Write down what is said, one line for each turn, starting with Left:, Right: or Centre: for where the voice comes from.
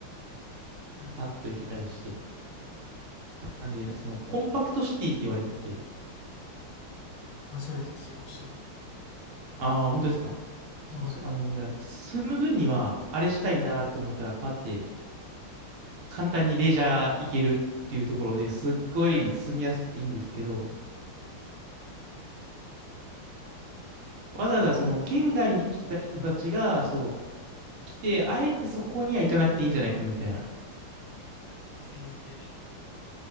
Left: うん。
Right: パッと行けたりして。なんで、そのコンパクトシティって言われてて、
Left: 初めて聞きましたね。
Right: ああ、本当ですか。そうそうあの、
Left: はい。
Right: いや住む分にはあれしたいなと思ったらパッて簡単にレジャー行けるっていうところですっごい住みやすくていいんですけど、わざわざその県外に来た人たちが、
Left: 旅行とのあれとか。はい。
Right: そう、来て、あえてそこには行かなくていいんじゃないかみたいな。
Left: いえいえいえ。